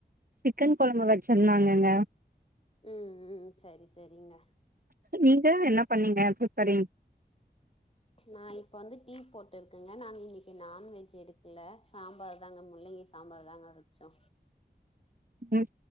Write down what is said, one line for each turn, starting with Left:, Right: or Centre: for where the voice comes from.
Right: சிக்கன் குழம்பு வச்சிருந்தாங்கங்க
Left: ம் ம் சரி சரிங்க
Right: நீங்க என்ன பண்ணீங்க ப்ப சறீ
Left: நா இப்ப வந்து டீ போட்டிருக்கங்க நாங்க இன்னிக்கு நான்வெஜ் எடுக்கல சாம்பார் தாங்க முள்ளங்கி சாம்பார் தாங்க வச்சோ
Right: உம்